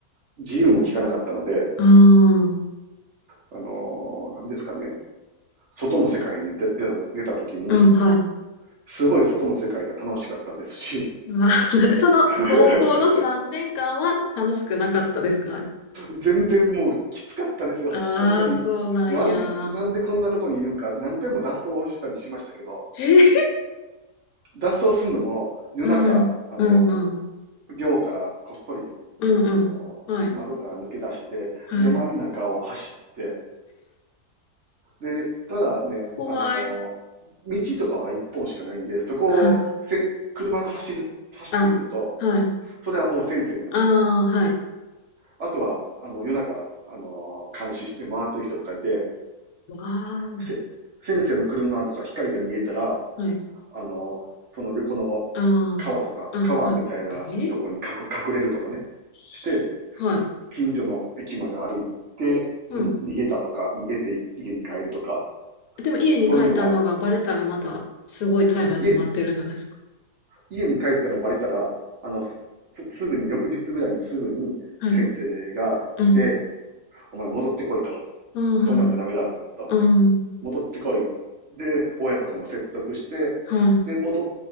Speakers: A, on the right (about 55°); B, on the left (about 70°).
A: 自由も利かなかったので、
B: うん、
A: あのー、何ですかね、外の世界に出出た出た時に、
B: うん、はい。
A: すごい外の世界が楽しかったですし、
B: あー <laughs> なるその高校の3年間は楽しくなかったですか
A: <laughs> 全然もうきつかったですよ、
B: あ
A: 本当に。
B: <laughs> あー、そうなんや。
A: なんで、なんでこんなとこにいるんか、何回も脱走したりしましたけど、
B: えー、
A: 脱走するのも夜中、
B: <laughs> うん、
A: あの
B: うん、うん、
A: 寮からこっそり、
B: うん、うん。
A: あの窓から抜け出して、
B: はい、はい。
A: 山ん中を走って、で、ただね、
B: 怖い。
A: あのー道とかは一本しかないんで、そこをせ車が走る、
B: は
A: 走ってくると、
B: あ、はい、
A: それはもう先生なんですよ。
B: ああ、はい。
A: あとは、あの、夜中、あのー監視して回ってる人とかいて、
B: わあ、
A: せ先生の車とか光が見えたら、
B: はい、
A: あのーその横の
B: あ
A: 川とか、
B: あ、うん、
A: 川みたいなとこに隠隠れるとかね、
B: はい。えー <laughs>
A: して、
B: はい、
A: 近所の駅まで歩いて、
B: うん。
A: に逃げたとか、逃げて家に帰るとか、
B: でも家に帰ったのがバレたらまたすごい体罰待ってるんじゃないですか。
A: そういうのは、家家に帰ったのバレたら、あの、すすぐに、翌日ぐらいにすぐに先生が来て、
B: はい。うん。
A: お前戻ってこいと。
B: ああ、
A: そんなんじゃダメだと。
B: はい。うん。
A: 戻ってこい。で、親とかも説得して、
B: は
A: で、戻っ